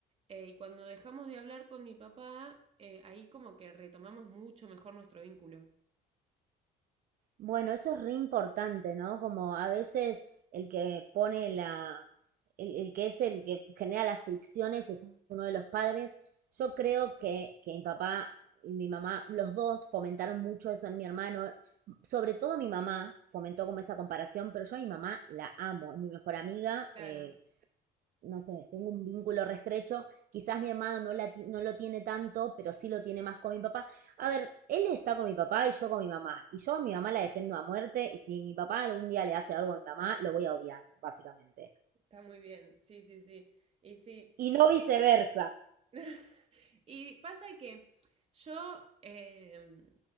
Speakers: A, on the right; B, on the right.
A: Eh, y cuando dejamos de hablar con mi papá, eh, ahí como que retomamos mucho mejor nuestro vínculo.
B: Bueno, eso es re importante, ¿no? Como a veces el que pone la, el, el que es el que genera las fricciones es uno de los padres. Yo creo que, que mi papá y mi mamá, los dos fomentaron mucho eso en mi hermano. Sobre todo mi mamá fomentó como esa comparación, pero yo a mi mamá la amo, es mi mejor amiga,
A: Claro,
B: eh, no sé, tengo un vínculo restrecho, quizás mi hermano no, la ti- no lo tiene tanto, pero sí lo tiene más con mi papá. A ver, él está con mi papá y yo con mi mamá, y yo a mi mamá la defiendo a muerte, y si mi papá algún día le hace algo a mi mamá, lo voy a odiar, básicamente.
A: está muy bien, sí, sí, sí. Y sí,
B: Y no viceversa.
A: <laughs> Y pasa que yo eh,